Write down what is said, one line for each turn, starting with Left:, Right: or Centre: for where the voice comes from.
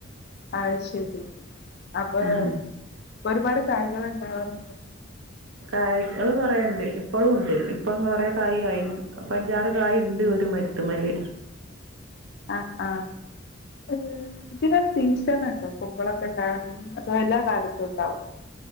Left: അയ് ശരി അപ്പൊ
Right: ഉം
Left: ഒരുപാട് കായ്കള് ഉണ്ടാവാറുണ്ടോ?
Right: കായ്കള കൊറെണ്ട് ഇപ്പോളും ഉണ്ട് ഇപ്പം കൊറെേ കായ ആയിന്പ്പ അഞ്ചാറ് കായ ഉണ്ട് ഒരു മരു- രത്തുമെല്
Left: ആഹ! ആഹ! ഏ ഇതിന് സീസൺ ഉണ്ടോ? കുമ്പളൊക്കെ ഉണ്ടാവണെ അതോ എല്ലാ കാലത്തും ഉണ്ടാവും?